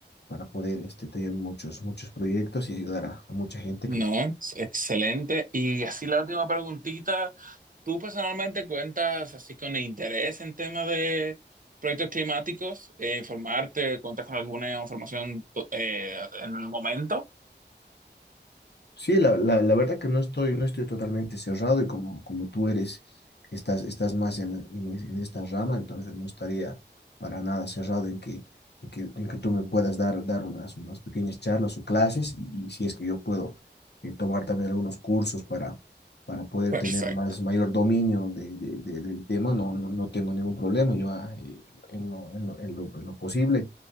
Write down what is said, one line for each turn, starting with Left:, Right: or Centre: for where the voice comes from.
Left: para poder este, tener muchos, muchos proyectos y ayudar a, a mucha gente
Right: No,
Left: que
Right: ex- excelente. Y así la última preguntita, ¿tú personalmente cuentas así con interés en temas de proyectos climáticos? Eh, ¿informarte? ¿Cuentas con alguna información to- eh, en el momento?
Left: Sí, la, la, la verdad que no estoy, no estoy totalmente cerrado y como, como tú eres, estás, estás más en, en, es- en esta rama, entonces no estaría para nada cerrado en que, en que, en que tú me puedas dar, dar unas, unas pequeñas charlas o clases y, y si es que yo puedo eh, tomar también algunos cursos para, para poder
Right: Perfecto.
Left: tener más, mayor dominio de, de- de- del tema, no, no, no tengo ningún problema, yo ah, eh, en lo, en lo, en lo, en lo posible